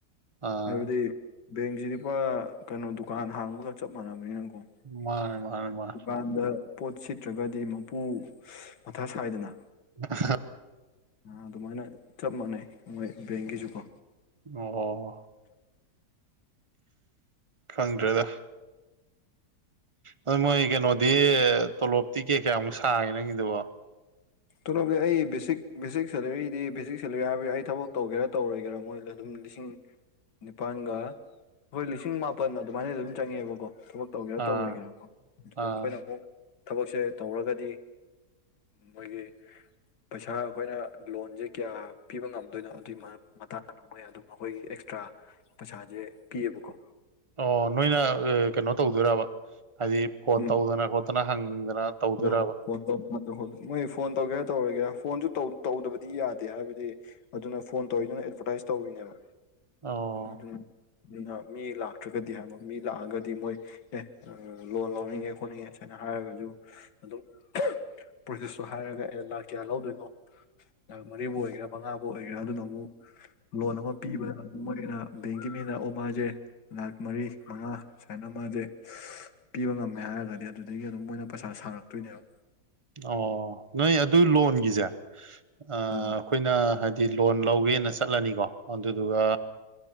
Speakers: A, on the right; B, on the left.
A: ꯑꯥ
B: ꯍꯥꯏꯕꯗꯤ ꯕꯦꯡꯁꯤꯗꯤ ꯄꯨꯔ ꯀꯩꯅꯣ ꯗꯨꯀꯥꯟ ꯍꯥꯡꯕꯒ ꯆꯞ ꯃꯥꯟꯅꯕ ꯅꯀꯣꯗꯨꯀꯥꯟꯗ
A: ꯃꯥꯅꯦ ꯃꯥꯅꯦ ꯃꯥꯅꯦ
B: ꯄꯣꯠ ꯁꯤꯠꯇ꯭ꯔꯒꯗꯤ ꯃꯄꯨ ꯃꯊꯥ ꯁꯥꯏꯗꯅ
A: ꯑ
B: ꯑꯗꯨꯃꯥꯏꯅ ꯆꯞ ꯃꯥꯟꯅꯩ ꯃꯣꯏ ꯕꯦꯡꯒꯤꯁꯨꯀꯣ
A: ꯑꯣ ꯈꯪꯗ꯭ꯔꯦꯗ ꯑꯗꯨ ꯃꯣꯏ ꯀꯩꯅꯣꯗꯤ ꯇꯣꯂꯣꯞꯇꯤ ꯀꯩ ꯀꯌꯥꯃꯨꯛ ꯁꯥꯥꯡꯉꯦ ꯅꯪꯒꯤꯗꯨꯕꯣ
B: ꯇꯣꯂꯣꯞꯗꯤ ꯑꯩ ꯕꯦꯁꯤꯛ ꯚꯦꯁꯤꯛ ꯁꯦꯂꯔꯤꯗꯤ ꯚꯦꯁꯤꯛ ꯁꯦꯂꯔꯤ ꯍꯥꯏꯕ ꯑꯩ ꯊꯕꯛ ꯇꯧꯒꯦꯔꯥ ꯇꯧꯔꯣꯏꯦꯔ ꯃꯣꯏꯗ ꯑꯗꯨꯝ ꯂꯤꯁꯤꯡ ꯅꯤꯄꯥꯜꯒ ꯑꯩꯈꯣꯏ ꯂꯤꯁꯤꯡ ꯃꯥꯄꯜ ꯑꯗꯨꯃꯥꯏꯅ ꯑꯗꯨꯝ ꯆꯪꯉꯦꯕꯀꯣ ꯊꯕꯛ ꯇꯧꯒꯦꯔꯥ
A: ꯑꯥ
B: ꯇꯧꯔꯣꯏꯒꯦꯔꯥꯀꯣ ꯑꯗꯨꯗ
A: ꯑꯥ
B: ꯑꯩꯈꯣꯏꯅ ꯑꯃꯨꯛ ꯊꯕꯛꯁꯦ ꯇꯧꯔꯒꯗꯤ ꯃꯣꯏꯒꯤ
A: <unintelligible>
B: ꯄꯩꯁꯥ ꯑꯩꯈꯣꯏꯅ ꯂꯣꯟꯁꯦ ꯀꯌꯥ ꯄꯤꯕ ꯉꯝꯗꯣꯏꯅꯣ ꯑꯗꯨꯒꯤ ꯃꯇꯥꯡꯗ ꯃꯣꯏ ꯑꯗꯨꯝ ꯑꯩꯈꯣꯏꯒꯤ ꯑꯦꯛꯁꯇ꯭ꯔꯥ ꯄꯩꯁꯥꯖꯦ ꯀꯤꯕꯨ ꯀꯣ
A: ꯑꯣ ꯅꯣꯏꯅ ꯀꯩꯅꯣ ꯇꯧꯗꯣꯏꯔꯕ ꯍꯥꯏꯗꯤ ꯐꯣꯟ
B: ꯎꯝ
A: ꯇꯧꯗꯅ ꯈꯣꯠꯇꯅ ꯍꯪꯗꯅ ꯇꯧꯗꯣꯏꯔꯕ
B: ꯍꯣꯏ ꯍꯣꯏ ꯐꯣꯟ ꯃꯣꯏ ꯐꯣꯟ ꯇꯧꯒꯦꯔꯥ ꯇꯧꯔꯒꯦꯔꯥ ꯐꯣꯟꯁꯨ ꯇꯧꯗꯕꯗꯤ ꯌꯥꯗꯦ ꯍꯥꯏꯕꯗꯤ ꯑꯗꯨꯅ ꯐꯣꯟ ꯇꯧꯋꯤꯗꯨꯅ ꯑꯦꯗꯚꯔꯇꯥꯏꯁ ꯇꯧꯔꯤꯅꯦꯕ
A: ꯑꯣ
B: ꯑꯗꯨꯅ ꯑꯗꯨꯅ ꯃꯤ ꯂꯥꯛꯇ꯭ꯔꯒꯗꯤ ꯍꯥꯏꯕ ꯃꯤ ꯂꯥꯛꯑꯒꯗꯤ ꯃꯣꯏ ꯑꯦ ꯂꯣꯟ ꯂꯧꯅꯤꯡꯉꯦ ꯈꯣꯠꯅꯤꯡꯉꯦ ꯁꯨꯃꯥꯏꯅ ꯍꯥꯏ ꯍꯥꯏꯔꯒꯁꯨ ꯑꯗꯨꯝ ꯄ꯭ꯔꯣꯁꯦꯁꯇꯣ ꯍꯥꯏꯔꯒ ꯑꯦ ꯂꯥꯛ ꯀꯌꯥ ꯂꯧꯗꯣꯏꯅꯣ ꯃꯔꯤꯕꯨ ꯑꯣꯏꯒꯦꯔꯥ ꯃꯉꯥꯕꯨ ꯑꯣꯏꯒꯦꯔꯥ ꯑꯗꯨꯅ ꯑꯃꯨꯛ ꯂꯣꯟ ꯑꯃ ꯄꯤꯕꯗ ꯑꯗꯨꯝ ꯃꯣꯏ ꯩꯅ ꯕꯦꯡꯒꯤ ꯃꯤꯅꯎ ꯃꯥꯁꯦ ꯂꯥꯛ ꯃꯔꯤ ꯃꯉꯥ ꯁꯨꯃꯥꯏꯅ ꯃꯥꯁꯦ ꯄꯤꯕ ꯉꯝꯃꯦ ꯍꯥꯏꯔꯒꯗꯤ ꯑꯗꯨꯗꯒꯤ ꯑꯗꯨꯝ ꯃꯣꯏꯅ ꯄꯩꯁꯥ ꯁꯥꯔꯛꯇꯣꯏꯅꯦꯕ
A: ꯑꯣ ꯅꯣꯏ ꯑꯗꯨ ꯂꯣꯟꯒꯤꯁꯦ ꯑꯩꯈꯣꯏꯅ
B: ꯑꯥ
A: ꯍꯥꯏꯗꯤ ꯗꯤ ꯂꯣꯟ ꯂꯧꯒꯦꯅ ꯆꯠꯂꯅꯤꯀꯣ ꯑꯗꯨꯗꯨꯒ